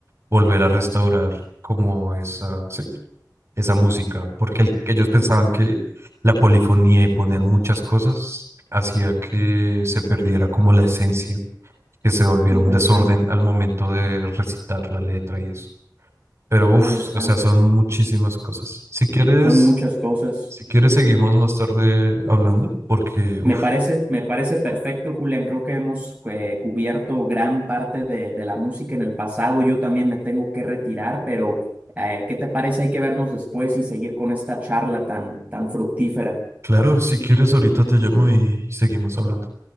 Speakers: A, on the right; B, on the right.
A: volver a restaurar como esa, sí, esa música, porque el- ellos pensaban que la polifonía y poner muchas cosas hacía que se perdiera como la esencia, que se volviera
B: Interesante,
A: un desorden al momento de recitar la letra y eso. Pero
B: interesante.
A: uff, o sea, son muchísimas cosas. Si quieres,
B: Son muchas cosas.
A: si quieres seguimos más tarde hablando, porque uff,
B: Me parece, me parece perfecto, Julián. Creo que hemos eh, cubierto gran parte de, de la música en el pasado. Yo también me tengo que retirar, pero eh, ¿qué te parece? Hay que vernos después y seguir con esta charla tan, tan fructífera.
A: claro, si quieres ahorita te llamo y seguimos hablando.